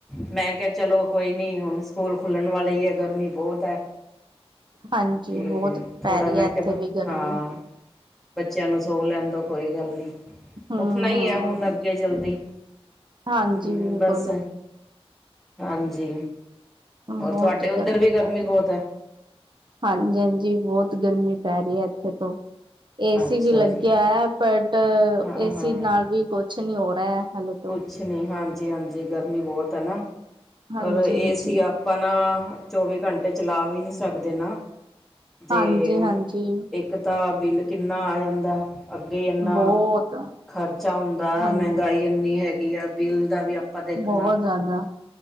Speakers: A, in the centre; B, on the right.
A: ਮੈਂ ਕਿਹਾ ਚਲੋ ਕੋਈ ਨੀ, ਹੁਣ ਸਕੂਲ ਖੁੱਲਣ ਵਾਲੀ ਹੈ। ਗਰਮੀ ਬਹੁਤ ਹੈ।
B: ਹਾਂਜੀ
A: ਤੇ
B: ਬਹੁਤ ਪੈ
A: ਥੋੜ੍ਹਾ
B: ਰਹੀ
A: ਮੈਂ
B: ਹੈ ਇੱਥੇ
A: ਕਿਹਾ
B: ਵੀ ਗਰਮੀ
A: ਹਾਂ। ਬੱਚਿਆਂ ਨੂੰ ਸੋ ਲੈਣ ਦੋ। ਕੋਈ ਗੱਲ ਨੀ
B: ਹਮ
A: ਉੱਠਣਾ ਹੀ
B: ਹਮ
A: ਐ ਹੁਣ ਅੱਗੇ ਜਲਦੀ
B: ਹਾਂਜੀ
A: ਹਮ
B: ਬਿਲਕੁਲ
A: ਬਸ ਹਾਂਜੀ
B: ਹ
A: ਹੋਰ
B: ਬਹੁਤ
A: ਤੁਹਾਡੇ ਉੱਧਰ
B: ਗਰਮੀ
A: ਵੀ
B: ਪੈ ਰ
A: ਬਹੁਤ ਹੈ
B: <unintelligible> ਹਾਂਜੀ ਹਾਂਜੀ ਬਹੁਤ ਗਰਮੀ ਪੈ ਰਹੀ ਹੈ ਅ ਏਸੀ
A: ਅੱਛਾ
B: ਵੀ ਲੱਗਿਆ
A: ਜੀ
B: ਐ ਬਟ
A: ਹਾਂ
B: ਏਸੀ
A: ਹਾਂ
B: ਨਾਲ ਵੀ ਕੁਛ ਨੀ ਹੋ ਰਿਹਾ ਹਾਲੇੇ ਤੋ
A: ਅੱਛਾ ਨਹੀਂ <unintelligible> ਹਾਂਜੀ ਹਾਂਜੀ ਗਰਮੀ ਬਹੁਤ ਹੈ ਨਾ
B: ਹਾਂਜੀ
A: ਪਰ ਏਸੀ
B: ਹਾਂਜੀ
A: ਅਪ ਪਨਾ ਚੌਵੀ ਘੰਟੇ ਚਲਾ ਵੀ ਨਹੀਂ ਸਕਦੇ ਨਾ ਤੇ
B: ਹਾਂਜੀ ਹਾਂਜੀ
A: ਇੱਕ ਤਾਂ ਬਿੱਲ ਕਿੰਨਾ ਆ ਜਾਂਦਾ ਅੱਗੇ ਈ ਇੰਨਾ
B: ਬਹੁਤ
A: ਖ਼ਰਚਾ ਹੁੰਦਾ
B: ਹਾਂਜੀ
A: ਮਹਿੰਗਾਈ ਏ <unintelligible> ਹੈਗੀ ਆ ਬਿੱਲ ਦਾ ਵੀ ਆਪਾਂ ਦੇਖਣਾ
B: ਬਹੁਤ ਜ਼ਿਆਦਾ